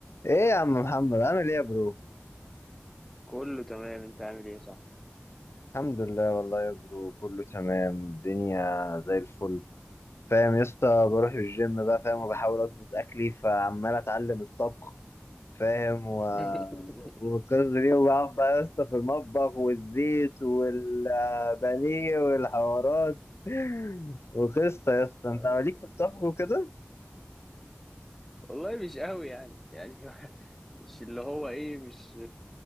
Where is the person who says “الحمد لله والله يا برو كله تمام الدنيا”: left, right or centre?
Left